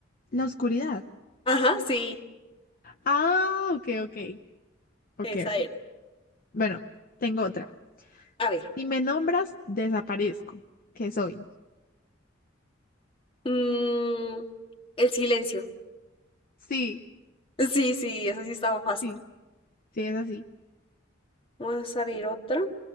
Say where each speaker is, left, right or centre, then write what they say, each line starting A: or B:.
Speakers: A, on the left; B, on the left.
A: La oscuridad.
B: Ajá, sí,
A: Ah, ok, ok, ok,
B: esa
A: ok.
B: era.
A: Bueno, tengo otra.
B: A ver.
A: Si me nombras, desaparezco. ¿Qué soy?
B: mm, el silencio.
A: Sí,
B: Sí, sí, eso sí estaba fácil.
A: sí, sí, es así.
B: Vamos a ver otra.